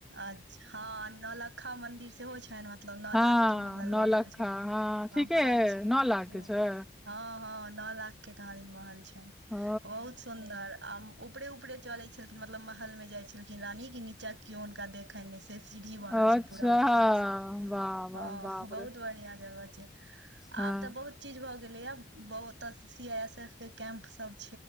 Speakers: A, on the right; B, in the centre.
A: अच्छा हँ नौलखा मंन्दिर सेहो छनि मतलब नौलाख
B: हँ
A: के महल
B: नौलखा
A: बनल छनि।
B: हँ
A: ह
B: ठीके
A: महल
B: अइ
A: छै
B: नौ लाख
A: ह
B: के छै
A: हँ हँ नलाख के कहाँ दिन महल छनि
B: ओ
A: बहुत सुन्दर आ उपरे उपरे चले छलखिन मतलब महल मे जाय छलखिन रानी के नीचा केयो हुनका देख एखने से सीढ़ी बनल
B: अच्छा
A: छै पूरा ऊपर से
B: वाह
A: हँ
B: वाह बाप
A: बहुत
B: रे
A: बढ़िया जगह छै, आब
B: हँ
A: तऽ बहुत चीज भऽ गेले या बहुत सी आई एस एफ के कैम्प सब